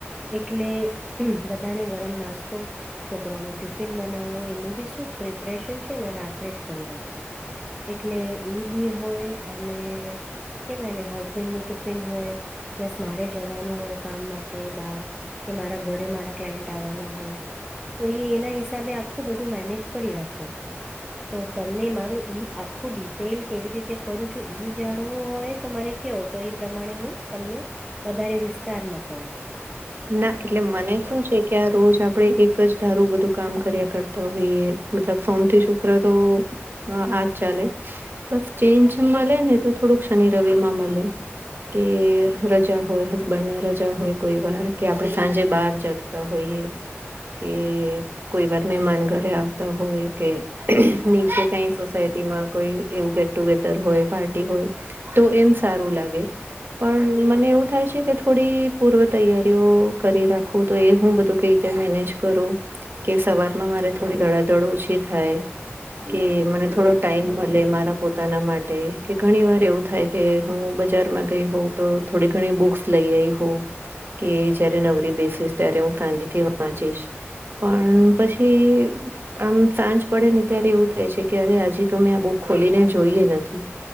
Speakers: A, in the centre; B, on the right (about 50°).
A: એટલે બધાને ગરમ નાસ્તો છોકરાઓનું ટિફિન બનાવવું એનું બી શું પ્રિપરેશન છે ને રાત્રે જ કરી રાખુ એટલે એ બી હોય અને કેવાય ને હસબેન્ડ નું ટિફિન હોય પ્લસ મારે જવાનું હોય કામ માટે બાર કે મારા ઘરે મારા ક્લાયન્ટ આવવાના હોય તો એ એના હિસાબે આખું બધું મેનેજ કરી રાખું તો તમને મારું ઈ આખું ડિટેલ કેવી રીતે કરું છું ઈ જાણવું હોય તો મારે કયો તો એ પ્રમાણે હું તમને વધારે વિસ્તારમાં કહું
B: ના એટલે મને શું છે કે આ રોજ આપણેે એક જ ધારું બધું કામ કર્યા કરતા. તો મતલબ સોમથી શુક્ર તો આજ ચાલે બસ ચેન્જ મળે ને તો થોડુંક શનિ રવિ માં મળે કે રજા હોય હસબન્ડને રજા હોય કોઈ વાર કે આપણે સાંજે બાર જતા હોઈએ કે કોઈ વાર મહેમાન ઘરે આવતા હોય કે નીચે કઈ સોસાયટી માં કોઈ એવું ગેટ ટુગેધર હોય પાર્ટી હોય તો એમ સારું લાગે પણ મને એવું થાય છે કે થોડી પૂર્વ તૈયારીઓ કરી રાખું તો એ હું બધું કઈ રીતે મેનેજ કરું કે સવાર માં મારે થોડી ધડાધડ ઓછી થાય. કે મને થોડો ટાઈમ મળે મારા પોતાના માટે કે ઘણી વાર એવું થાય. કે હું બજારમાં ગઈ હોઉ તો થોડી ઘણી બુક્સ લઈ આવીઈ હોઉ કે જયારે નવરી બેસીસ ત્યારે હું ફેમિ થી વાંચીશ. પણ પછી આમ સાંજ પડે ને ત્યારે એવું થાય છે કે અરે આજી તો મેં આ બુક ખોલીને જોઈએ નથી.